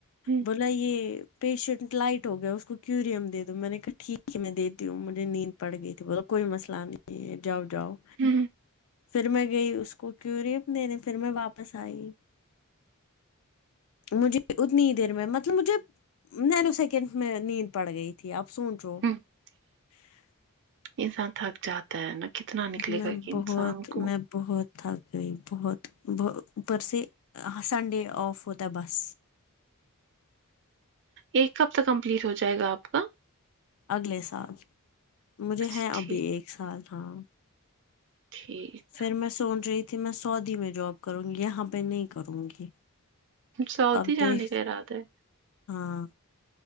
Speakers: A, on the right; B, on the left.
A: ہوں
B: بولا یہ پیشنٹ لائٹ ہو گیا اس کو کیوریم دے دو میں نے کہا ٹھیک ہے میں دیتی ہوں مجھے مجھے نیند پڑ گئی تھی بولا کوئی مسئلہ نہیں جاو جاو
A: ہوں
B: پھر میں گئی اس کو کیوریم دینے پھر میں واپس آئی مجھے اتنی ہی دیر میں مطلب مجھے نینو سیکنڈس میں نیند پڑ گئی تھی آپ سوچو
A: <inaudible>
B: <inaudible>
A: انسان تھک جاتا ہے نا کتنا نکلے
B: میں
A: گا کہ انسان
B: بہت
A: کو
B: میں بہت تھک گئی بہت بت اوپر سے سنڈے آف ہوتا ہے بس
A: ایک کب تک کمپلیٹ ہو جائے گا آپ کا
B: اگلے سال مجھے
A: اچھا
B: ہیں ابھی
A: ٹھیک
B: ایک سال ہاں
A: ٹھیک
B: پھر میں سوچ رہی تھی میں سعودی میں جاب کروں گی یہاں پہ نہیں کروں گی
A: سعو
B: اب
A: دی
B: دیکھ
A: جانے کا ارادہ ہے
B: ہاں